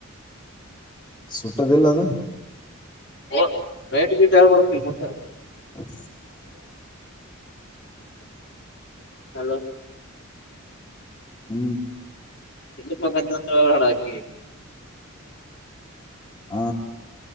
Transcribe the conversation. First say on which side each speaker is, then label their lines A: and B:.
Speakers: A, on the left; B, on the left.
A: ಸುಟ್ಟ ದಲ್ಲ ಅದನು
B: ಓ ಬೇಟ ಗಿಟ ಹ <unintelligible> ಬತ್ತಲ್ ಮತ್ತ
A: ಹ
B: ಹಲೋ
A: ಹ್ಮ್
B: ಇಲ್ಲಿ ಮಗ ಅಂತಲೇನಾ ಹಾಕಿ
A: ಹ